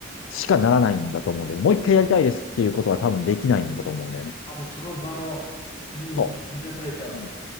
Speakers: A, on the left; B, on the left.
A: しかならないんだと思うんだよね。もう一回やりたいですっていうことは多分できないんだと思うんだよね。
B: あもうその場のに生み生み出された。
A: そう。うん。